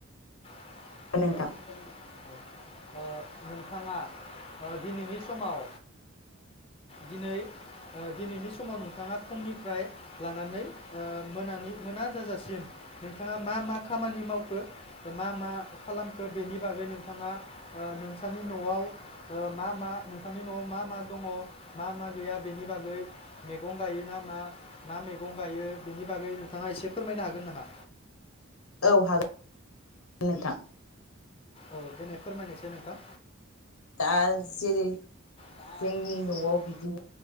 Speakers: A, on the left (about 25°); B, on the left (about 80°).
A: औ
B: नोंथां
A: <inaudible> ओ ओ नोंथाङा ओ दिनैनि समाव दिनै ओ दिनैनि समाव नोंथाङा फुंनिफ्राय लानानै ओ मोनानि मोना जाजासिम नोंथाङा मा मा खामानि मावखो मा मा खालामखो बेनि बागै नों थाङा ओ नोंथांनि न'आव ओ मा मा नोंथांनि न'आव मा मा दङ मा मा गैया बेनि बागै मैगं गायो ना मा मा मैगं गायो बेनि बागै नोंथाङा एसे फोरमायनो हागोन नामा?
B: औ हागोन नोंथां
A: औ देनाय फोरमायनायसाय नोंथां
B: दा जेरै-
A: दा
B: जोंनि
A: जेरै
B: न'आव बिदिनो